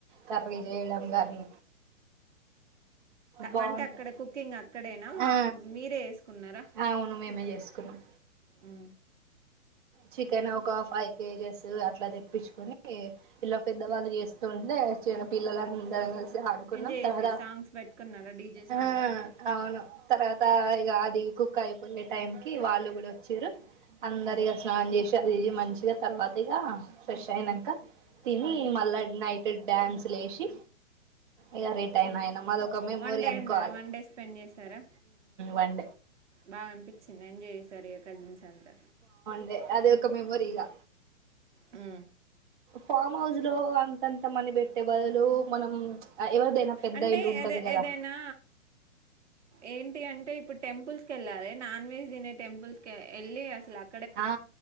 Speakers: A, on the right; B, on the right.
A: కర్రీ చేయడం గాని బాగుండే
B: వంట అక్కడ కుకింగ్ అక్కడేనా మా
A: ఆ
B: మీరే వేసుకున్నారా
A: అవును మేమే చేసుకున్నాం
B: ఆ
A: చికెన్ ఒక ఫైవ్ కేజెస్ అట్లా తెప్పించుకుని ఇట్లా పెద్దవాళ్ళు
B: ఉమ్
A: చేస్తుంటే చిన్నపిల్లలు అందరు కలిసి ఆడుకున్నాం
B: ఎంజాయ్
A: తర్వాతా
B: చేసేది సాంగ్స్ పెట్టుకున్నారా డీజే సాంగ్స్
A: ఆ అవును తర్వాత ఈ అదిగి కుక్ అయిపోయే టైంకీ వాళ్ళు కూడా వచ్చారు అందరి
B: ఉమ్
A: స్నానం చేసి అది ఇది మంచిగా తర్వాత ఇక ఫ్రెష్ అయినాక తిని
B: ఉమ్
A: మళ్ళ నైట్ డ్యాన్స్ లేసి ఇక రిటైన్ అయినా మాదొక మెమోరీ
B: వన్ డే
A: అనుకోవాలి
B: ఉన్నారా వన్ డే స్పెండ్ చేసారా
A: వన్
B: బాగా అనిపించింది ఎంజసారు కజిన్స్ అంతా
A: అంటే అదొ ఒక మెమ్మొరీగా
B: ఆ
A: ఫామ్ హౌస్ లో అంతంత మని పెట్టే బదులు మనం ఎవరిదైనా పెద్ద
B: అంటే
A: ఇల్లు ఉంటది
B: ఏద
A: కదా
B: ఏదైనా ఏంటి అంటే అ ఇప్పుడు టెంపుల్స్ క వెళ్లాలి నాన్ వెజ్ తినే టెంపుల్స్ కి ఎల్లి అసలు అ
A: ఆ